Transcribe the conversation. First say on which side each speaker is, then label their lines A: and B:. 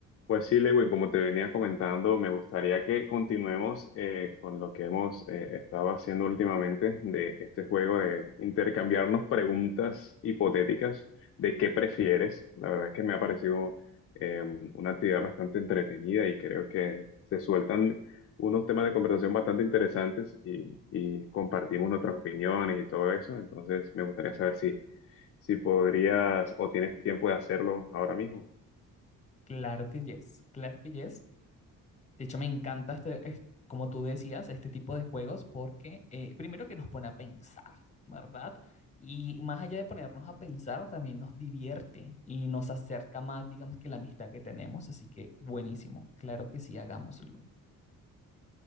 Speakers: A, on the left; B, on the left.
A: Pues sí, Lewin, como te venía comentando, me gustaría que continuemos eh, con lo que hemos eh, estado haciendo últimamente de este juego de intercambiarnos preguntas hipotéticas de qué prefieres. La verdad es que me ha parecido eh, una actividad bastante entretenida y creo que se sueltan unos temas de conversación bastante interesantes y, y compartimos nuestras opiniones y todo eso. Entonces, me gustaría saber si, si podrías o tienes tiempo de hacerlo ahora mismo.
B: Claro que yes, claro que yes. De hecho, me encanta este, es- como tú decías, este tipo de juegos porque eh, primero que nos pone a pensar, ¿verdad? Y más allá de ponernos a pensar, también nos divierte y nos acerca más, digamos, que la amistad que tenemos. Así que buenísimo, claro que sí, hagámoslo.